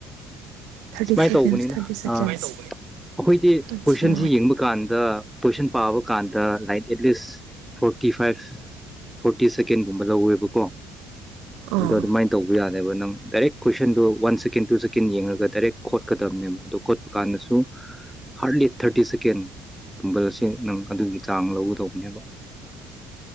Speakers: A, on the right; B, in the centre.
A: ꯊꯥꯔꯇꯤ
B: ꯁꯨꯃꯥꯏꯅ
A: ꯁꯦꯀꯦꯟꯁ
B: ꯇꯧꯕꯅꯤꯗ
A: ꯊꯥꯔꯇꯤ ꯁꯦꯀꯦꯟꯁ
B: ꯑꯥ ꯑꯈꯣꯏꯗꯤ
A: ꯑꯠꯆꯥ
B: ꯀꯣꯏꯁꯟꯁꯤ ꯌꯦꯡꯕ ꯀꯥꯟꯗ ꯀꯣꯏꯁꯟ ꯄꯥꯕ ꯀꯥꯟꯗ like at least forty five forty ꯁꯦꯀꯦꯟꯒꯨꯝꯕ ꯂꯧꯋꯦꯕꯀꯣ
A: ꯑꯥ
B: ꯑꯗꯣ ꯑꯗꯨꯃꯥꯏꯅ ꯇꯧꯕ ꯌꯥꯗꯦꯕ ꯅꯪ ꯗꯥꯏꯔꯦꯛ ꯀꯣꯏꯁꯟꯗꯣ ꯋꯥꯟ ꯁꯦꯀꯦꯟ ꯇꯨ ꯁꯦꯀꯦꯟ ꯌꯦꯡꯉꯒ ꯗꯥꯏꯔꯦꯛ ꯈꯣꯠꯀꯗꯕꯅꯦꯕ ꯑꯣ ꯈꯣꯠꯄ ꯀꯥꯟꯗꯁꯨ ꯍꯥꯔꯗꯂꯤ ꯊꯥꯔꯇꯤ ꯁꯦꯀꯦꯟ ꯄꯨꯝꯕꯜꯁ ꯅꯪ ꯑꯗꯨꯒꯤ ꯆꯥꯡ ꯂꯧꯒꯗꯧꯕꯅꯦꯕ